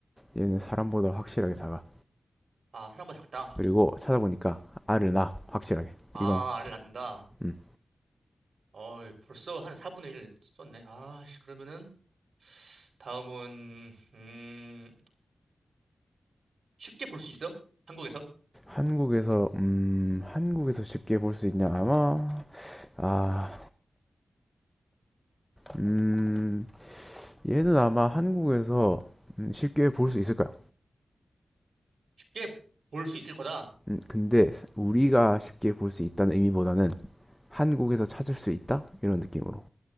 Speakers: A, in the centre; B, on the right.
A: 얘는 사람보다 확실하게 작아
B: 아 사람보다 작다
A: 그리고 찾아보니까 알을 낳아 확실하게
B: 아
A: 이건
B: 알을 낳는다
A: 음
B: 어 벌써 한 4분의 1 썼네 아씨 그러면은 다음은 음 쉽게 볼 수 있어? 한국에서
A: 한국에서 음 한국에서 쉽게 볼 수 있냐 아마 아 음, 얘는 아마 한국에서 음, 쉽게 볼 수 있을 까요
B: 쉽게 볼 수 있을 거다
A: 음, 근데 우리가 쉽게 볼 수 있다는 의미보다는 한국에서 찾을 수 있다? 이런 느낌으로.